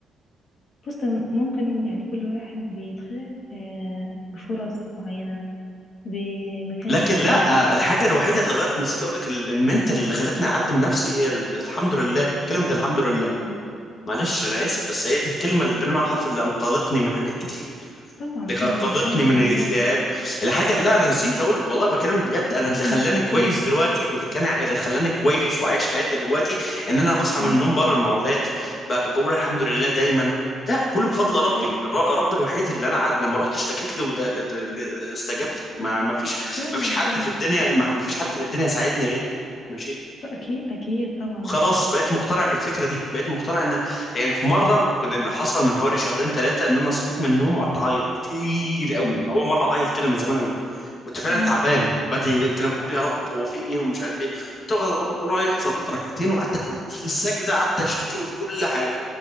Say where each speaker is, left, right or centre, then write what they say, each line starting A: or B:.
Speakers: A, on the left; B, on the left.
A: بص ممكن يعني كل واحد بيتخلق آه، بفرص معينة بمكان
B: لكن
A: معين
B: لا آه، الحاجة الوحيدة اللي غيرت نسيت اقول لك ال- المنتال اللي خلتني اعدل نفسي هي ال- الحمد لله كلمة الحمد لله
A: م- م.
B: معلش انا اسف بس هي دي الكلمة اللي بنمع حرف اللي انقذتني من حاجات كتير
A: طبعا
B: اللي
A: طبعا الحمد
B: انقذتني من
A: لله
B: الاكتئاب الحاجه لا انا نسيت اقول والله بكلمك بجد
A: <clears throat>
B: انا اللي خلاني كويس
A: قول
B: دلوقتي واللي كان اللي خلاني كويس وعايش حياتي دلوقتي ان انا بصحى
A: م.
B: من النوم بره المعوذات ب- ب- بقول الحمد لله دايما لا كله بفضل
A: طب
B: ربي
A: حلو
B: الر- ربي الوحيد اللي انا عاد لما رحت اشتكيت له ده ده- ده- استجاب لي ما ما فيش
A: فعلا
B: ما فيش حد
A: طبعا
B: في الدنيا ما ما فيش حد في الدنيا ساعدني غير ماشي
A: ط- أكيد أكيد طبعا
B: خلاص بقيت مقتنع بالفكره دي بقيت مقتنع ان يعني في مره كنت حصل من حوالي شهرين ثلاثه ان انا صحيت من النوم وقعدت اعيط كتير قوي
A: م-
B: اول مره اعيط كده من زمان قوي كنت فعلا
A: م.
B: تعبان بدعي كده بقول يا رب هو في ايه ومش عارف ايه كنت رايح صليت ركعتين وقعدت في السجده قعدت اشتكي له في كل حاجه